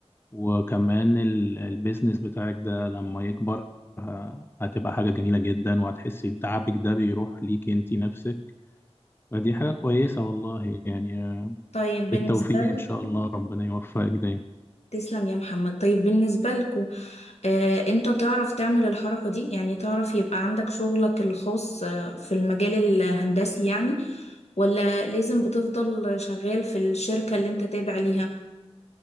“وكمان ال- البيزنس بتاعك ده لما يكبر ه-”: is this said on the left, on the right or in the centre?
Left